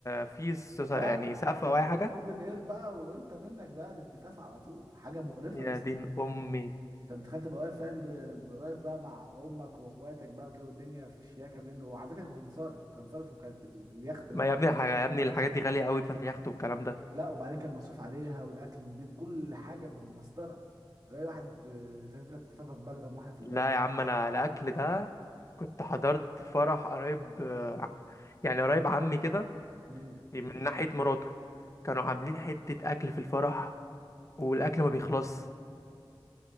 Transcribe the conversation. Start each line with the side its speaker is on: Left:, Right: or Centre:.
Left: فيه س-
Right: لا
Left: يعني سقف
Right: انت
Left: او اي حاجه
Right: اوبن اير بقى وانت منك بقى الاتفاف على طول حاجه مقرفه
Left: يا
Right: يا اسطى
Left: دين امي
Right: انت متخيل تبقى واقف فاهم ب- ب- واقف بقى مع امك واخواتك بقى وكده والدنيا في الشياكه منه وعلى فكره كان صارف كان صارف وكانت ال- اليخت اللي
Left: ما
Right: هو
Left: يا ابني الحاجه يا ابني الحاجات دي غاليه قوي بتاعت اليخت والكلام ده
Right: لا وبعدين كان مصروف عليها والاكل نضيف كل حاجه بالمسطره الاقي واحد اه، تلف لك لفافه في بلغم واحنا في الباب
Left: لا يا عم انا الاكل ده كنت حضرت فرح قريب يعني قريب عمي كده
Right: امم
Left: من ناحية مراته كانوا عاملين حتة أكل في الفرح والأكل ما بيخلص